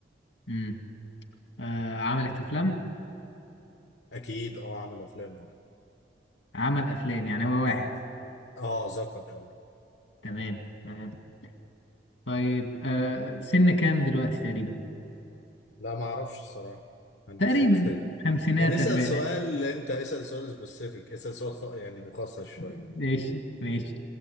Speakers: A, on the left (about 85°); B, on the left (about 70°).
A: امم آه عملت أفلام
B: اكيد اه عامل افلام اه
A: عمل أفلام يعني هو واحد
B: آه. اه ذكر اه
A: تمام تمام طيب آه سن كام دلوقتي تقريبا
B: لا ما اعرفش الصراحه ما عنديش
A: تقريبا
B: فكره
A: خمسينات
B: يعني اسال
A: أربعينات
B: سؤال انت اسال سؤال سبيسيفيك اسال سؤال خ... يعني مخصص شويه
A: ماشي ماشي